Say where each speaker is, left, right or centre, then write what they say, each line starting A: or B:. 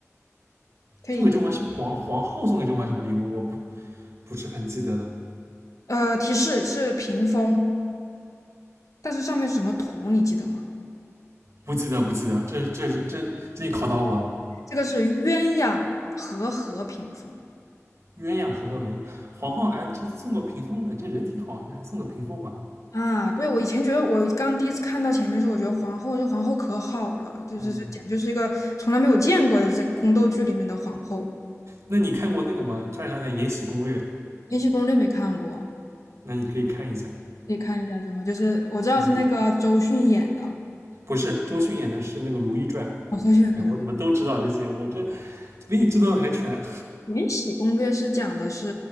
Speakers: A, on the left; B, on the right.
A: 可以，
B: 送给甄嬛是皇皇后送给甄嬛什么礼物？我不不是很记得了，
A: 呃，提示是屏风，但是上面是什么图，你记得吗？
B: 不记得不记得，这这是这这你考到我了。
A: 这个是鸳鸯和合屏风
B: 鸳鸯和和平，皇后还这送个屏风呢，这人挺好，还送个屏风玩玩。
A: 啊。对，我以前觉得，我刚第一次看到前面的时候，我觉得皇后这皇后可好了，这这这简直就是一个从来没有见过的，
B: 嗯，
A: 这宫斗剧里面的皇后。
B: 那你看过那个吗？突然想起来《延禧攻略》，
A: 《延禧攻略》没看过，
B: 那你可以看一下。
A: 可以看一下是吗？就是我知道是那个周迅演的，
B: 嗯，不是，周迅演的是那个《如懿传》。
A: 哦，周迅演的
B: 哎，我怎么都知道这些？我这比你知道的还全。
A: 《延禧攻略》是讲的是